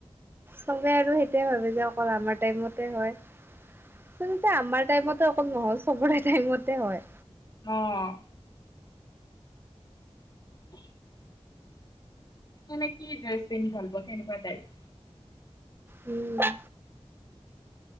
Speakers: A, on the right (about 20°); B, on the left (about 40°).
A: চবে আৰু সেইটোৱে ভাবে যে অকল আমাৰ টাইমতে হয়। আচলতে আমাৰ টাইমতে অকল নহয় চবৰে টাইমতে হয়।
B: অঁ <unintelligible> কেনে কি ড্ৰেছ পিন্ধি ভাল পোৱা কেনেকুৱা টাইপ?
A: উম বা